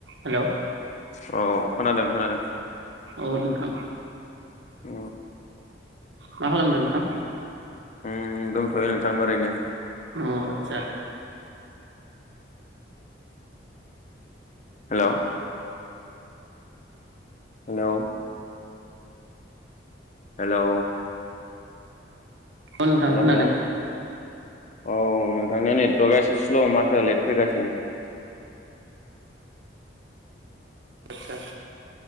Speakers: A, on the right (about 75°); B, on the left (about 40°).
A: हेलौ
B: औ खोनादों खोनादों।
A: औ नोंथां।
B: अ
A: मा खालामदों नोंथां?
B: उम दंथ'यो नोंथां ओरैनो।
A: अ आतसा।
B: हेलौ हेलौ हेलौ
A: अ नोंथां
B: हेलौ
A: खोनादों।
B: हेलौ औ नोंथांनिया नेटवर्कआ एसे स्ल' माथोआ लेट फैगासिनो।
A: आतसा।